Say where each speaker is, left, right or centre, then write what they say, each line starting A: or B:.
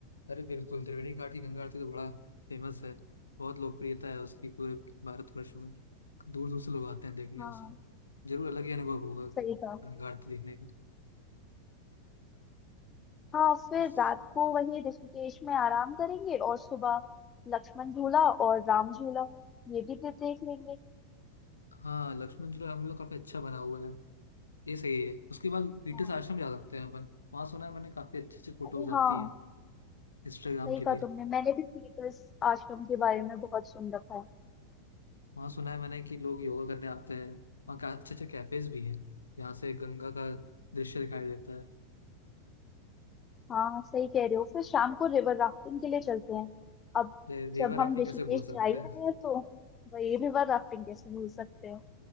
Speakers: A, on the left; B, on the left.
A: अरे बिल्कुल त्रिवेणी घाट की गंगा आरती तो बड़ा फेमस है बहुत लोकप्रियता है उसकी पूरे भारतवर्ष में दूर दूर से लोग आते हैं देखने
B: हाँ
A: उसे जरूर अलग ही अनुभव होगा
B: सही कहा
A: गंगा आरती देखने का
B: हाँ फिर
A: उस-
B: रात को वहीं ऋषिकेश में आराम करेंगे और सुबह लक्ष्मण झूला और राम झूला ये भी दे- देख लेंगे
A: हाँ लक्ष्मण झूला हम लोग काफी अच्छा बना हुआ है ये सही है उसके बाद पीटर्स
B: हाँ
A: आश्रम जा सकते हैं अपन वहाँ सुना है मैंने काफी अच्छे अच्छे फोटोज
B: अरे हाँ
A: आती हैं इंस्टाग्राम
B: सही
A: के
B: कहा
A: लिए
B: तुमने मैंने भी पीटर्स आश्रम के बारे में बहुत सुन रखा है
A: वहाँ सुना है मैंने कि लोग योगा करने आते हैं वहाँ का अच्छे अच्छे कैफेज भी हैं यहाँ से गंगा का दृश्य दिखाई देता है
B: हाँ सही कह रहे हो फिर शाम को रिवर राफ्टिंग के लिए चलते हैं अब
A: रे- रिवर
B: जब
A: राफ्टिंग
B: हम ऋषिकेश
A: कैसे भूल सकते
B: जा ही रहे
A: हैं
B: हैं तो वही रिवर राफ्टिंग कैसे भूल सकते हैं